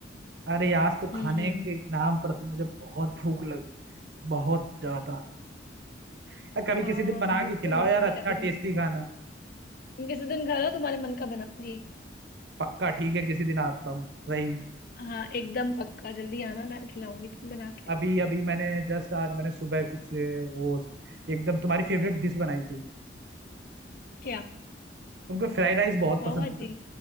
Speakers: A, on the right (about 65°); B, on the left (about 50°).
A: अरे आज तो
B: हम्म
A: खाने
B: हम्म
A: के नाम पर तो मुझे बहुत भूख लग रही है बहुत ज्यादा यार कभी
B: हाँ
A: किसी दिन बना
B: भूख
A: के खिलाओ
B: तो मुझे
A: यार
B: भी
A: अच्छा
B: लग रही
A: टेस्टी
B: है
A: खाना
B: तुम किसी दिन घर आओ तुम्हारे मन का बनाऊंगी
A: पक्का ठीक है किसी दिन आता हूँ रही
B: हाँ एकदम पक्का जल्दी आना मैं खिलाऊंगी तुम बना के
A: अभी अभी मैंने जस्ट आज मैंने सुबह कुछ अ, वो एकदम तुम्हारी फेवरेट डिश बनाई थी
B: क्या
A: तुमको फ्राइड राइस बहुत
B: पाव
A: पसंद
B: भाजी
A: है